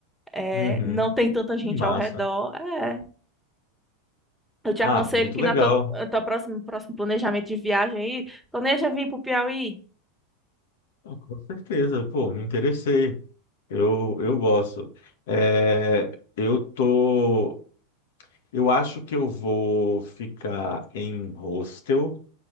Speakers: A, in the centre; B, on the left.
A: É,
B: Uhum.
A: não tem tanta gente
B: Que massa.
A: ao redor. É. Eu te
B: Ah,
A: aconselho
B: muito
A: que
B: legal.
A: na tua, na tua próxima, próximo planejamento de viagem aí, planeja vir para o Piauí.
B: Ah, Com certeza, pô, me interessei. Eu, eu gosto. É, eu tô, eu acho que eu vou ficar em hostel.